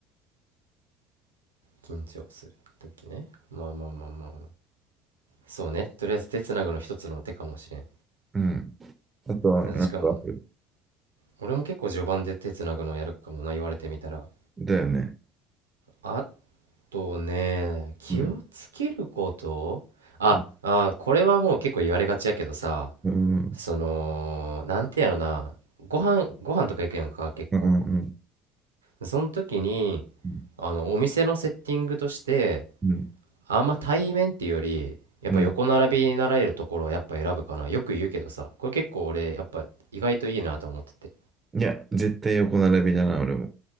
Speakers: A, on the right (about 80°); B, on the right (about 25°).
A: 緊張する時ねまあまあまあまあ、まあ、そうねとりあえず手つなぐの一つの手かもしれん
B: うん。あとは、
A: 確か
B: なんかある。
A: 俺も結構序盤で手つなぐのやるかもな言われてみたら
B: だよね。
A: あとね気をつけることああーこれはもう結構言われがちやけどさ
B: うん。うん、うん、うん、
A: そのなんてやろなご飯ご飯とか行くやんか結構
B: うん、
A: その時に
B: うん。
A: あのお店のセッティングとして
B: うん
A: あんま対面っていうより、やっぱ横並びになられるところをやっぱ選ぶかな。
B: うん
A: よく言うけどさ、これ結構俺、やっぱ意外といいなと思ってて。
B: いや、絶対横並びだな、俺も。